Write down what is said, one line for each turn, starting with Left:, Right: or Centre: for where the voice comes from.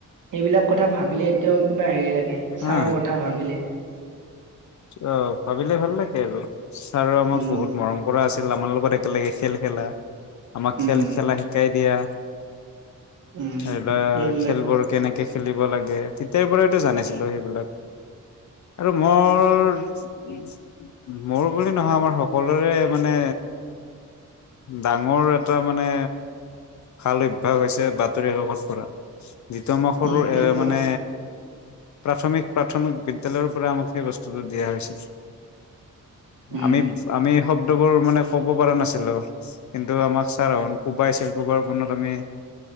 Right: সেইবিলাক কথা ভাবিলে এতিয়াও কিবা হেৰি লাগে, ছাৰৰ
Left: আহ
Right: কথা ভাবিলে।
Left: অ', ভাবিলে ভাল লাগে আৰু। ছাৰৰ আমাক
Right: উম
Left: বহুত মৰম কৰা আছিল আ আমাৰ লগত একেলগে খেল খেলা। আমাক
Right: উম
Left: খেল খেলা শিকাই দিয়া।
Right: উম
Left: <unintelligible>
Right: সেইবিলাক
Left: খেলবোৰ কেনেকে খেলিব লাগে তেতিয়াৰ পৰাইতটো জানিছিলো সেইবিলাক। আৰু মই <unintelligible> মোৰ বুলি নহয় আমাৰ সকলোৰে মানে, ডাঙৰ এটা মানে, ভাল অভ্যাস হৈছে বাতৰি কাকত পঢ়া। <unintelligible>
Right: উম সেইটো
Left: এ মানে
Right: হয়
Left: প্ৰাথমিক-প্ৰাথমিক বিদ্যালয়ৰ পৰা আমাক সেই বস্তু চুলুত দিয়া হৈছিল।
Right: উম
Left: আমি, আমি শব্দবোৰ মানে ক'ব পাৰা নাছিলো কিন্তু আমাৰ চাৰ আহোন কোবাইছিল, কোবোৱাৰ ফলত আমি